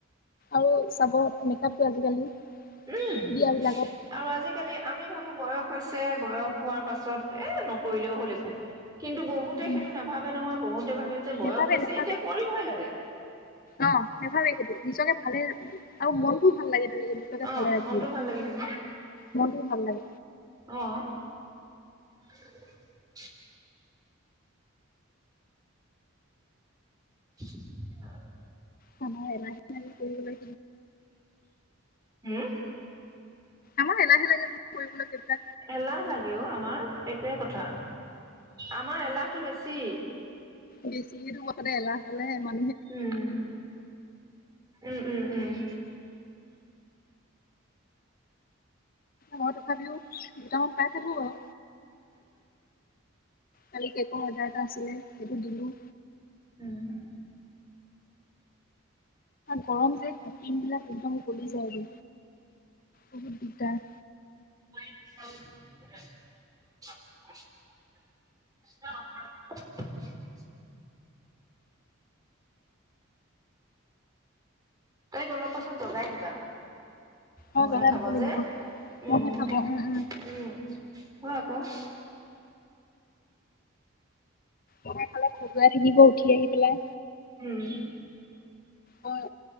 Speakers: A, on the left (about 45°); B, on the right (about 20°).
A: আৰু চাব, মেকআপটো আজিকালি
B: উম!
A: বিয়াবিলাকত
B: আৰু আজিকালি আমি ভাবোঁ বয়স হৈছে বয়স হোৱাৰ পাছত এ নকৰিলেও হ'ল একো। কিন্তু, বহুতে
A: উম,
B: সেইটো নেভাবে নহয়, বহুতে ভাবে যে বয়স
A: নেভাবে
B: হৈছে
A: নেভাবে
B: এতিয়া কৰিবহে লাগে।
A: অ', নেভাবে সেইটো নিজকে ভালে আৰু মনটো ভাল লাগে তেনেকে নিজকে
B: অ অ
A: ভালে ৰাখিলে
B: মনটো ভাল লাগি থাকে।
A: মনটো ভাল লাগে।
B: অ <unintelligible> সেয়াই আৰু
A: মানুহৰ এলাহ লাগে কৰিবলে
B: হোম
A: আমাৰ এলাহ লাগে সেইবোৰ কৰিবলৈ দিগদাৰ।
B: এলাহ লাগে অ আমাৰ সেইটোৱে কথা, আমাৰ এলাহটো বেছি।
A: বেছি কথাতে এলাহ হ'লে হে
B: উম, উম উম উম।
A: মই তথাপিও কেইটামান পাই থাকো বাৰু কালি কেকৰ অৰ্ডাৰ এটা আছিলে সেইটো দিলো।
B: উম উম
A: গৰম যে স্কিন বিলাক একদম ফুলি যায়গৈ বহুত দিগদাৰ
B: হয় <unintelligible> এ <unintelligible> <unintelligible> তাইক অলপ পাছত জগাই দিবা মহে
A: অ লগাই
B: খাব
A: দিব লাগিব
B: যে, উম
A: মইহে খাব উম
B: উম হ উফ
A: বহাই থ'লে খজোৱাই থাকিব উঠি আহি পেলাই
B: উম
A: অ